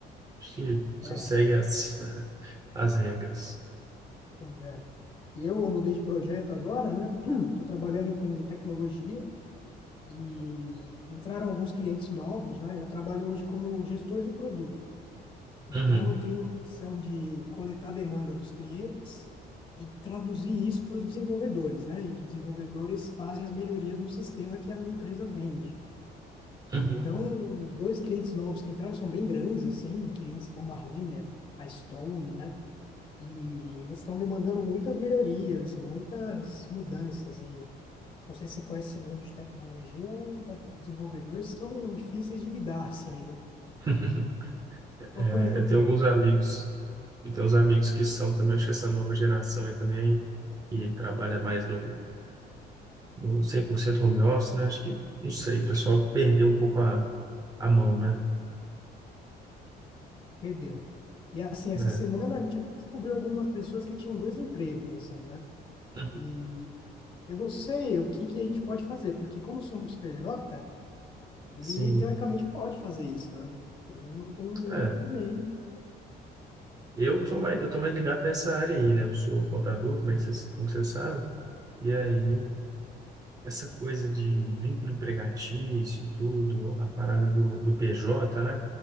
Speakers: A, on the right; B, on the left.
A: Acho que só
B: É,
A: segue as, as regras.
B: pois é. E Eu mudei de projeto agora, né? <clears throat> Estou trabalhando com tecnologia e entraram alguns clientes novos, né? Eu trabalho hoje como gestor de produto. Então,
A: Uhum,
B: eu tenho a missão de coletar a demanda dos clientes e traduzir isso para os desenvolvedores, né? E os desenvolvedores fazem as melhorias no sistema que a minha empresa vende.
A: uhum.
B: Então, os dois clientes novos que entraram são bem grandes, assim, clientes como a Renner, a Stone, né? E eles estão demandando muitas melhorias, assim, muitas mudanças. E não sei se você conhece esse mundo de tecnologia, os desenvolvedores são difíceis de lidar, assim, né?
A: <laughs>
B: Tô
A: É,
B: apanhando
A: eu
B: um pouco,
A: tenho alguns amigos, eu tenho uns amigos que são também, acho que essa nova geração aí também, que trabalha mais no, no 100% home office, né? Acho que, não sei, o pessoal perdeu um pouco a, a mão, né?
B: perdeu. E assim,
A: É.
B: essa semana a gente até descobriu algumas pessoas que tinham dois empregos, assim, né?
A: Uhum.
B: E eu não sei o que que a gente pode fazer, porque como somos PJ, ele
A: Sim,
B: teoricamente pode fazer isso, né? Ele não tem nenhum
A: é.
B: impedimento.
A: Eu tô
B: Que
A: mais, eu tô mais ligado nessa área aí, né? Eu sou contador, como é que vocês, como vocês sabem, e aí essa coisa de vínculo empregatício, tudo, a parada do, do PJ, né?